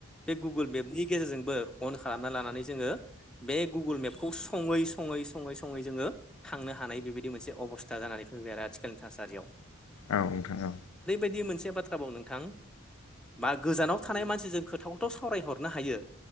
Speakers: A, in the centre; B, on the left.
A: बे गुगोल मेपनि गेजेरजोंबो अन खालामना लानानै जोङो बे गुगोल मेपखौ सङै सङै सङै सङै जोङो थांनो हानाय बेबायदि मोनसे अबस्था जानानै फैबाय आरो आथिखालनि थासारियाव
B: औ नोंथां औ
A: बिदि मोनसे बाथ्राबाव नोंथां बा गोजानाव थानाय मानसिजों खोथाखौथ' सावरायहरनो हायो